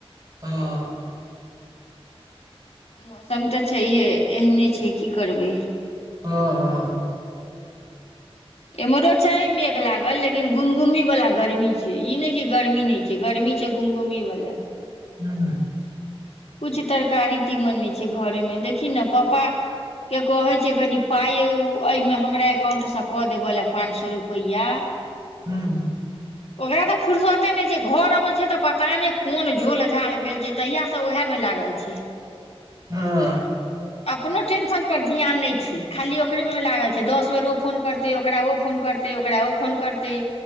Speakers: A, on the right; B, on the left.
A: हां
B: मौसम तऽ छैहे एहने छै की करबै
A: हँ हँ
B: एम्हरो छै मेघ लागल लेकिन गुमगुमी वाला गर्मी छै ई नेय की गर्मी नहि छै गर्मी छै गुमगुमी वाला
A: हू
B: किछु तरकारी तीमन नहि छै घरेमे देखी नऽ पापा के कहै छिये कनि पाइ एहिमे हमरा एकाउंटसँ कऽ देबैल पाँच सए रुपैया
A: हू
B: ओकरा तऽ फुरसते नहि छै घर अबै छै तऽ पता नहि कोन झोल झाल भेल छै तहिया सऽ ओएह मे लागल छैय
A: हँ
B: अपनो टेंशन पर ध्यान नहि छै खाली ओकरे मे लागल छै दस बेर ओ फोन करतै ओकरा ओ फोन करतै ते ओकरा ओ फोन करतय